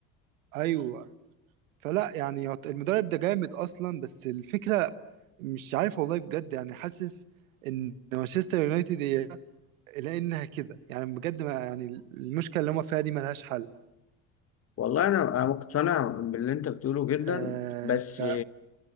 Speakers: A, on the right; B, on the left.
A: ايوه فلا يعني يعت- المدرب ده جامد اصلا بس الفكرة مش عارف والله بجد يعني حاسس ان مانشستر يونايتد هي لانها كده يعني بجد ما يعني المشكله اللي هم فيها دي ملهاش حل
B: والله أنا أنا مقتنع باللي أنت بتقوله جدا
A: آه
B: بس
A: تع-